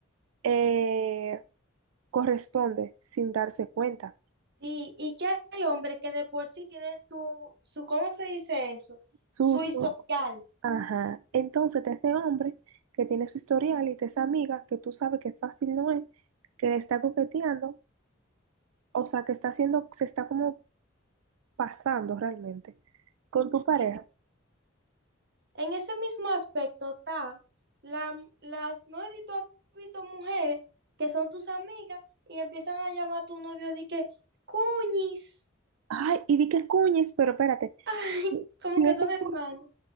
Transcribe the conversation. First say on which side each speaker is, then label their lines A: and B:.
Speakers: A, on the right (about 85°); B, on the right (about 55°).
A: eh, corresponde sin darse cuenta.
B: Sí, y que hay hombres que de por sí tienen su, su, ¿cómo se dice eso?
A: Susto
B: Su historial.
A: Ajá. Entonces, te ese hombre que tiene su historial y te esa amiga que tú sabes que fácil no es, que le está coqueteando, o sea, que está haciendo, se está como pasando realmente con tu pareja.
B: Sí. En ese mismo aspecto está la, las, no sé si tú has visto mujeres que son tus amigas y empiezan a llamar a tu novio de que, cuñis,
A: Ay, y di que cuñes, pero espérate.
B: <laughs> ay, como
A: Si
B: que
A: ese
B: son hermanos.
A: cu-